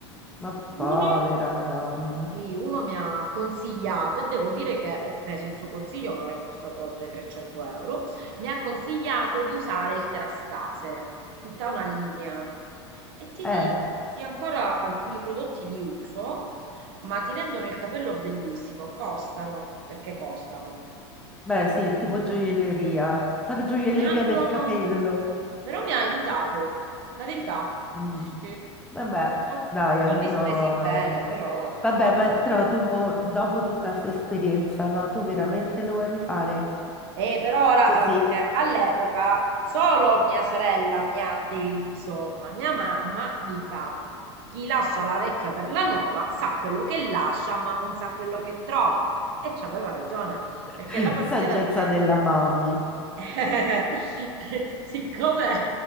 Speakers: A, in the centre; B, on the right.
A: ma povera
B: Uno
A: Madonna.
B: sì, uno mi ha consigliato e devo dire che ho preso il suo consiglio, ma mi è costato oltre 300 euro. Mi ha consigliato di usare il Kerastase, tutta una linea. E ti
A: Eh.
B: dico, io ancora alcuni prodotti li uso, ma ti rendono il capello bellissimo. Costano, perché costano.
A: Beh, sì, è tipo
B: Però
A: gioielleria, <laughs> la gioielleria
B: mi hanno...
A: del capello.
B: Però mi ha aiutato, la verità.
A: Mm.
B: Sì, sì.
A: Vabbè,
B: Sol-
A: dai,
B: Soldi
A: almeno
B: spesi bene,
A: la risposta.
B: però che
A: Vabbè,
B: cavolo.
A: ma però tu mo, dopo tutta questa esperienza, no, tu veramente lo vuoi rifare?
B: E per ora,
A: Così,
B: allora, perché all'epoca non solo mia sorella mi ha deriso, ma mia mamma mi fa, chi lascia la vecchia per la nuova sa quello che lascia, ma non sa quello che trova. E c'aveva ragione,
A: <laughs>
B: perché la parrucchiera
A: saggezza
B: dove
A: della mami.
B: eh, <laughs> Siccome